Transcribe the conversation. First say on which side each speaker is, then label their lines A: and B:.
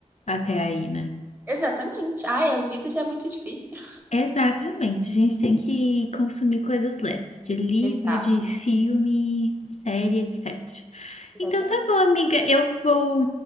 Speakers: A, on the left; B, on the right.
A: até aí, né?
B: Exatamente. Ai, a vida já é muito difícil.
A: Exatamente, a gente tem que consumir coisas leves, de livro,
B: <laughs> Exato,
A: de filme, série, etc.
B: exatamente.
A: Então tá bom, amiga, eu vou